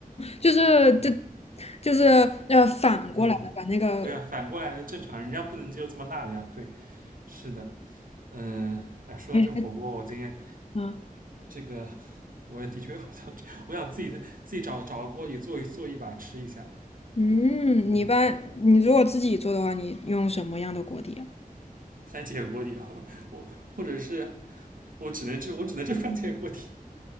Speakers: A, on the left; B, on the right.
A: 就是就
B: 嗯
A: 就是呃反过来的把那个
B: 嗯，对啊，反过来的正常，人家不能接受这么辣的呀，对，是的。嗯，哎，说到这火锅，
A: 嗯。
B: 我今天
A: 嗯
B: 这个我也的确 <laughs>，我想我想自己自己找找个锅底做一做一把吃一下，
A: 嗯，
B: 嗯
A: 你一般你如果自己做的话，你用什么样的锅底啊？
B: <laughs> 番茄锅底啊，<laughs> 我或者是我只能吃我只能吃番茄锅底，